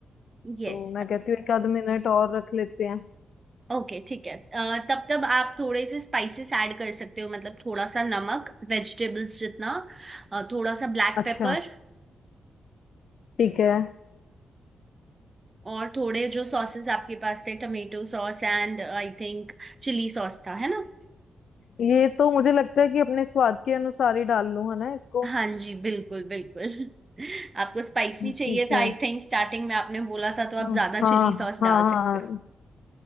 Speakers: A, on the right (about 25°); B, on the left (about 70°).
A: यस
B: तो मैं कहती हूँ एक आध मिनट और रख लेते हैं
A: ओके ठीक है अ, तब तब आप थोड़े से स्पाइसेस ऐड कर सकते हो मतलब थोड़ा सा नमक वेजिटेबल्स जितना अ, थोड़ा सा ब्लैक
B: अच्छा
A: पेपर
B: ठीक है
A: और थोड़े जो सॉसेस आपके पास थे tomato sauce and I think chilli sauce था है ना
B: ये तो मुझे लगता है कि अपने स्वाद के अनुसार ही डाल लूं है ना इसको
A: हाँ जी बिल्कुल बिल्कुल <laughs> आपको स्पाइसी चाहिए
B: ठीक
A: था
B: है
A: आई थिंक स्टार्टिंग में आपने बोला था तो
B: हाँ
A: आप ज्यादा चिली
B: हाँ
A: सॉस
B: हाँ
A: डाल सकते हो